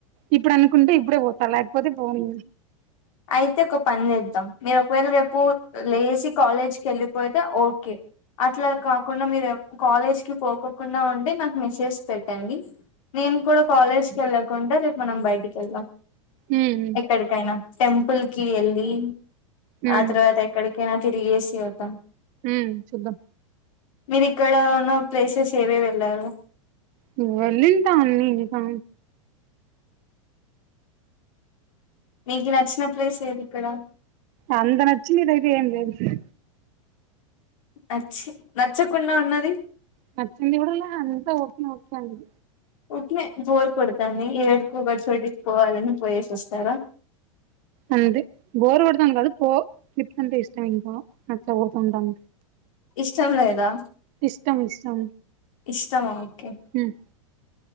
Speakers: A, on the right; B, on the left.
A: ఇప్పుడు అనుకుంటే ఇప్పుడే పోతా లేకపోతే పోను
B: అయితే ఒక పని చేద్దాం మీరు ఒకవేళ రేపు లేసి కాలేజ్కి వెళ్ళిపోతే ఓకే అట్లా కాకుండా మీరు కాలేజ్కి పోకోకుండా ఉంటే నాకు మెసేజ్ పెట్టండి. నేను కూడా కాలేజ్కి వెళ్ళకుండా రేపు మనం బయటికి వెళ్దాం.
A: ఉహ
B: ఎక్కడికైనా టెంపుల్ కి ఎళ్ళి
A: ఉమ్
B: ఆ తర్వాత ఎక్ ఎక్కడికైనా తిరిగేసి వద్దాం
A: ఉమ్ చూద్దాం
B: మీరు ఇక్కడ ఉన్న ప్లేసెస్ ఏవే వెళ్లారు?
A: నువ్వు వెళ్ళింటా అన్ని ఇంకా
B: మీకి నచ్చిన ప్లేస్ ఏది ఇక్కడ?
A: అంత నచ్చినది అయితే ఏం లేదు ఇక్కడ
B: నచ్చి నచ్చకుండా ఉన్నది
A: నచ్చి దవుడల్ అంతా ఓకితంది
B: ఊరికినే బోరు కొడతాంది ఏడకో ఒక చోటికి పోవాలని పోయేసి వస్తారా?
A: అంది బోర్ కొడుతుంది కాద పో ఎట్లా అంటే ఇష్టం నట్లా పోత ఉంటాం.
B: ఇష్టం లేదా?
A: ఇష్టం ఇష్టం
B: ఇష్టమా ఓకే
A: ఉమ్